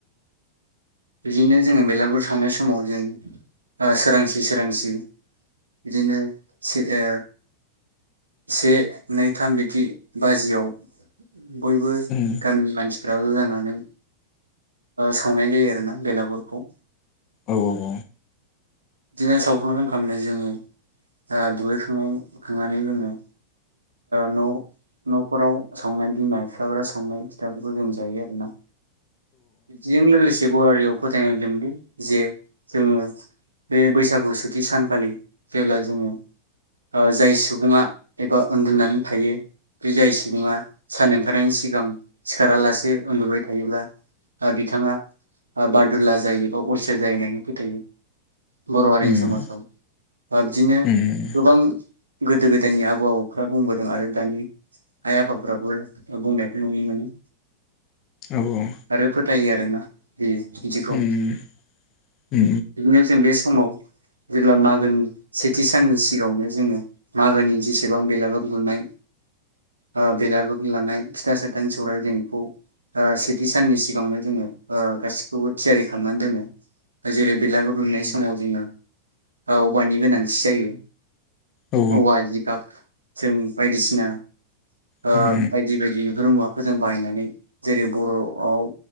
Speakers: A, on the right (about 85°); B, on the left (about 40°).
A: बिदिनो जोङो बेलागुर सावनाय समाव जों आ सोरांसि सोरांसि बिदिनो से ओ। से नै थाम बिदि बाजियाव बयबो
B: उम
A: गामिनि मानसि <unintelligible> बियाव लायनानै सावनाय जायो आरोना बेलागुरखौ।
B: औ औ।
A: बिदिनो सावखां लोंखांनाय जोङो ओ दुगैखांनाय खांनानै जोङो न' न'फोराव संनाय बिमा बिफाफ्रा संनाय फिथाफोरखौ जों जायो आरोना। बिजों लोगोसे बे बर'हारियाव फोथायनाय दंदि जे जोङो। बे बैसागु सेथि सानखालि जेब्ला जोङो ओ जाय सुबुङा एबा उन्दुनानै थायो बे जाय सुबुङा सार ओंखारनायनि सिगां सिखारालासे उन्दुबाय थायोब्ला बिथाङा बादुल्ला जायो बा अलसिया जायो होननानै फोथायो। बर' हारिनि
B: उम
A: समाजाव बा बिदिनो
B: उम
A: गोबां गोदो गोदायनि आबौ आबौफ्रा बुंबोदों आरो दानि आइ आफाफ्राबो बुंनायखौ नुनो मोनो।
B: औ औ।
A: आरो फोथायो आरो ना बेयो बिदिखौ
B: उम उम औ
A: बिदिनो जों बे समाव जेब्ला मागोनि सेथि साननि सिगाङावनो जोङो मागोनि जेसेबां बेलागुर लुनाय अ बेलागुर लानाय फिथा सथानि सौर जोंखौ सेथि साननि सिगाङावनो जोङो ओ गासिखौबो थियारि खालामनानै दोनो जेरै बेलागुर लुनाय
B: उम
A: समाव जोङो औवानि गोनांथि जायो।
B: उम औ
A: औवा जिगाब जों बायदिसिना ओ
B: उम
A: बायदि बायदि फोरजों बानायनानै जेरै बर' आव